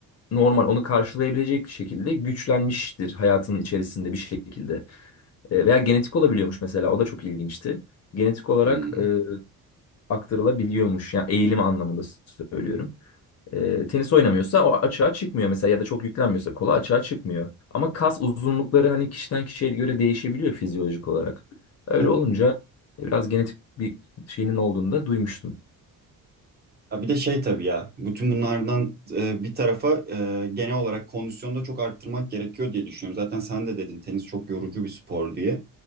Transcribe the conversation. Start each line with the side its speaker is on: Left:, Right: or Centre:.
Left: normal onu karşılayabilecek şekilde güçlenmiştir hayatının içerisinde bir şekilde. E, veya genetik olabiliyormuş mesela. O da çok ilginçti. Genetik olarak
Right: Hmm,
Left: e, aktarılabiliyormuş. Yani eğilim anlamında söylüyorum e, tenis oynamıyorsa o açığa çıkmıyor mesela ya da çok yüklenmiyorsa kola açığa çıkmıyor. Ama kas uzunlukları hani kişiden kişiye göre değişebiliyor fizyolojik olarak. Öyle
Right: Tabii.
Left: olunca e, biraz genetik bir şeyinin olduğunu da duymuştum.
Right: Ya bir de şey tabii ya, bütün bunlardan e, bir tarafa e, genel olarak kondisyonu da çok arttırmak gerekiyor diye düşünüyorum. Zaten sen de dedin tenis çok yorucu bir spor diye.